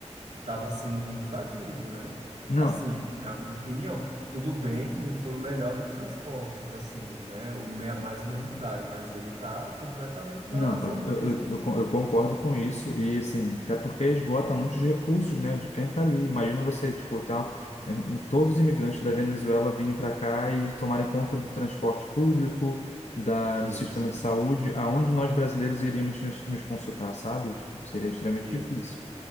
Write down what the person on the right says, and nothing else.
estava sendo invadido, né?
Assim, é a minha opinião. Tudo bem que não foi o melhor do transportes, assim, né? O me- mais humanitário, mas ele tá completamente
na razão
dele.
Isso,
isso.